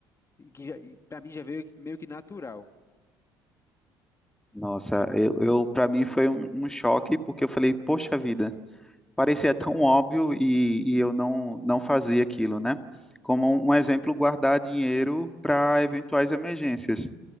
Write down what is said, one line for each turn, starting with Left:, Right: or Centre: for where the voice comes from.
Left: E que já- e pra mim já veio que- meio que natural.
Centre: Nossa, eu, eu para mim foi um, um choque porque eu falei, poxa vida, parecia tão óbvio e, e eu não não fazia aquilo, né? Como um um exemplo, guardar dinheiro para eventuais emergências,